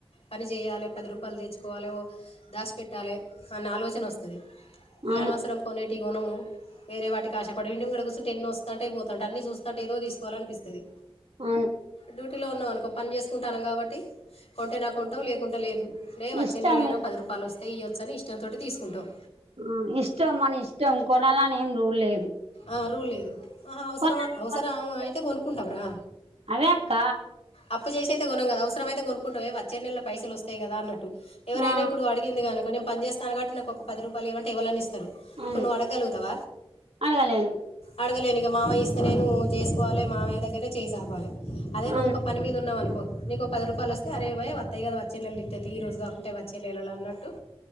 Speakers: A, on the left; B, on the right.
A: పని చేయాలే పది రూపాయలు తెచ్చుకోవాలే ఓ దాసి పెట్టాలే అన్న ఆలోచన వస్తది ఇగా
B: అవును
A: అనవసరం కొనేటి కొనము వేరే వాటి ఆశపడి ఇంటిముంగట కుసుంటే ఎన్నో వస్తుంటాయి పోతంటాయి అన్ని చూస్తంటే ఏదో తీసుకోవాలీ అనిపిస్తది
B: అవును
A: డ్యూటీలో ఉన్నాం అనుకో పని చేసుకుంటాం కాబట్టి కొంటేనో కొంటాం లేకుంటే లేదు లే వచ్చే
B: ఇష్టం
A: నెలలైనా
B: ఇక
A: పది రూపాయలు వస్తాయి ఇయ్యాచు అనీ ఇష్టంతోటి తీసుకుంటవు
B: ఆ ఇష్టం మన ఇష్టం కొనాలని ఏం రూల్ లేదు
A: ఆ రోల్ లేదు ఆహా అవసరం
B: కొనాలి,
A: అవసరమైతే
B: కొనుక్కుంటే
A: కొనుకుంటాం రా
B: అదే అక్క
A: అప్పు చేసి ఐతే కొనం కద అవసరమయితే కోనుకుంటం వచ్చే నెల పైసలువస్తాయి కదా అన్నట్టు ఎవరైనా
B: ఆ
A: ఇప్పుడు అడిగింది కనుకో నేను పని చేస్తాన కాబట్టి నాకు ఒక పది రూపాయలు ఇయ్యామంటే ఎవరన్నా ఇస్తరు
B: అవును
A: ఇప్పుడు నువ్వు అడగలుగుతవ
B: అడగలేను
A: అడగలేను ఇగ మామయ్య ఇస్తే నేను చేసుకోవాలి మామయ్య దగ్గరనే చేయిచాపాలే అదే నువ్
B: అవును
A: ఒక పని మీద ఉన్నవు అనుకో నీకో పది రూపాయలు వస్తే అరెబై వత్తాయి కదా వ చ్చే నెల ఇత్తతియి ఈ రోజు కాకుంటే వచ్చే నెలలో అన్నట్టు